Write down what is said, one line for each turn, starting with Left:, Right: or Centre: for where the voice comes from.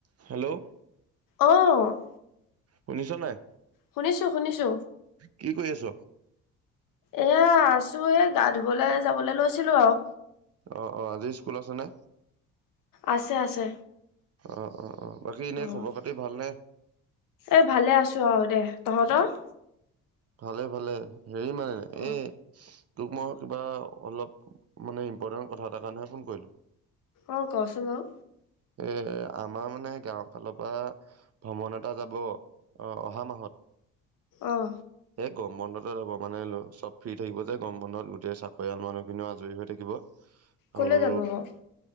Right: Hello hello
Left: অঁ।
Right: শুনিছ নাই?
Left: শুনিছো শুনিছো।
Right: কি কৰি আছ
Left: এয়া ছো এ গা ধুবলে যাবলৈ লৈছিলো আৰু।
Right: অ অ আজি স্কুল আছে নে?
Left: আছে আছে।
Right: অ অ অ বাকী এনেই
Left: অ',
Right: খবৰ খাতি ভাল নে?
Left: এ ভালে আছো আৰু দে। তহঁতৰ?
Right: ভালে ভালে হেৰি মানে ন
Left: অ',
Right: এই তোক মই কিবা অলপ মানে ইম্পৰ্টেণ্ট কথা এটাৰ কাৰণেহে ফোন কৰিলোঁ
Left: অ ক চোন বাও
Right: এ আমাৰ মানে গাঁও ফালৰ পৰা ভ্ৰমণ এটা যাব অ অহা মাহত
Left: অঁ
Right: এই গৰম বন্ধতে যাব মানে চব ফ্ৰী থাকিব যে গম বন্ধত গোটেই চাকৰিয়াল মানুহখিনিও আজৰি হৈ থাকিব আৰু
Left: কলে যাব বাৰ